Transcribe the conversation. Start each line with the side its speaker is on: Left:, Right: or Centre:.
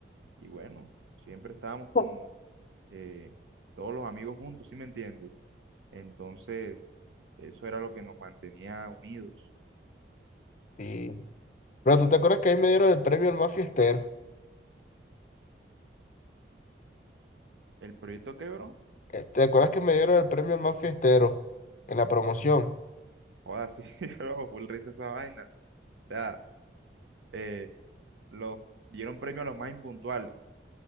Right: Y bueno, siempre estábamos como
Left: <laughs>
Right: eh, todos los amigos juntos, ¿sí me entiendes? Entonces, eso era lo que nos mantenía unidos.
Left: Sí. Pero tú te acuerdas que ahí me dieron el premio al más fiestero.
Right: El proyecto quebró,
Left: Eh, ¿Te acuerdas que me dieron el premio al más fiestero en la promoción?
Right: joda, sí, <laughs> bro, full risa esa vaina. O sea, eh, los, dieron premio a los más impuntuales,